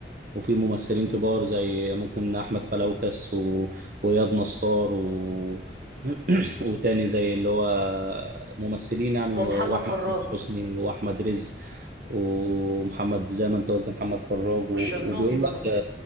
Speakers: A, on the right (about 50°); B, on the right (about 75°).
A: وفي ممثلين كبار زي ممكن أحمد فلوكس و... وإياد نصار و... <clears throat> وتاني زي اللي هو ممثلين يعني
B: ومحمد
A: وأحمد
B: فراج
A: صلاح حسني وأحمد رزق ومحمد زي ما أنت قلت محمد فراج
B: والشرنوبي
A: و... وبيقول
B: برضو
A: لك